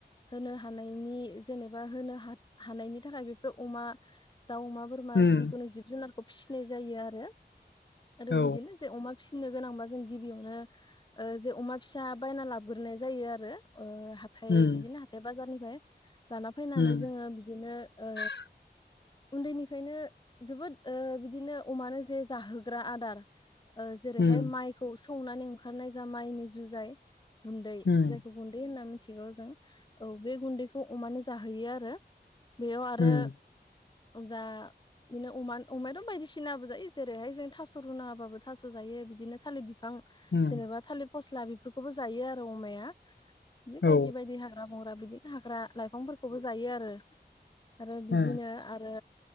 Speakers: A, on the left; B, on the left.
A: होनो ह जेबा होन हानायनि नि थाखाय बेफोर अमा दाउ अमा बोरमा
B: उम
A: जिखुनु जिब जुनारखौ फिसिनाय जायो आरो आरो
B: औ
A: बिदिनो जों अमा फिसि नो गोनांबा जों गिबियावनो जे अमा फिसा बायना लाबग्रोनाय जायो आरो हाथाय
B: उम
A: बिदिनो हाथाय बाजारनिफ्राय लाना फैनानै
B: उम
A: जोङो बिदिनो ओ
B: <inaudible>
A: उन्दैनिफ्रायनो जोबोद बिदिनो अमानो जे जाहोग्रा आदार जेरैहाय
B: उम
A: माइखौ सौनानै ओंखारनाय जा माइनि जुजाय गुन्दै
B: उम
A: जायखौ गुन्दै होनना मिथिगौ जों औ बे गुन्दैखौ अमानो जाहैयो आरो बेयाव आरो
B: उम
A: जा बिदिनो अमान अमायाथ' बायदिसिनाबो जायो जेरैहाय जों थास' रुना होबाबो थास' जायो बिदिनो थालिर बि बिफां
B: उम
A: जेनेबा थालिर फस्ला बेफोरखौबो जायो आरो अमाया बि
B: औ
A: बायदि बायदि हाग्रा बंग्रा बिदिनो हाग्रा लाइफांफोरखौबो जायो आरो आरो बिदिनो
B: उम
A: आरो